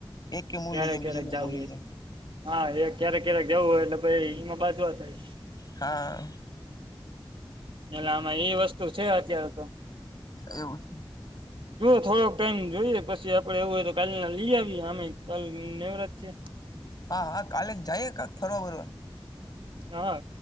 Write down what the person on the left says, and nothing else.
એક કે મુું
લઈ જમ
બીજો કે
મુું લઈ
જાય
હા
એવું છે
હા હા કાલે જાય કાક ફરવા બરવા